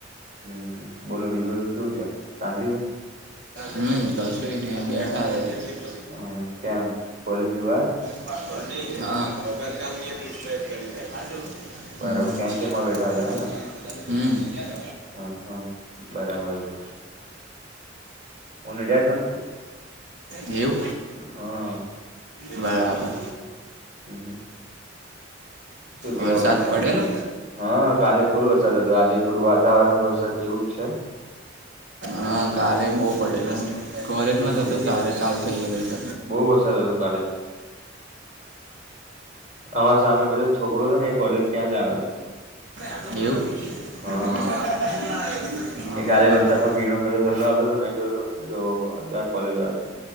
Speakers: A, on the right; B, on the right.
A: હમ હ બોલો બીજું બધું કેવું છે શાંતિ છે
B: હમ કશું નહ બેઠા હતા
A: હ કેમ કોલેજ ની બહાર
B: ન હા હમ્મ
A: બરાબર કેન્ટીનમાં બેઠા
B: હમ્મ
A: હતા હેને હા હા બરાબર છે હું નડિયાદ નો જ છું
B: એવું
A: હા
B: બરાબર
A: હમ શું કે
B: વરસાદ
A: ઓફિસમાં
B: પડેલો
A: હા કાલે ખોલું વરસાદ હતો આજે થોડું વાતાવરણમાં વરસાદ જેવું છે
B: હા કાલે બહુ પડેલું કોલેજમાં
A: હમ
B: જ હતો ને તારે ચાલ થઈ ગયલી ત
A: બહુ વરસાદ હતો કાલે અમારા સામે પછલો છોકરો છે ને એ કોલેજ ત્યાં જ આવે છે
B: એવું
A: હા
B: હા બરાબર
A: એ કાલે વરસાદમાં ભીનો તો મે જોઈ કોલેજ આવ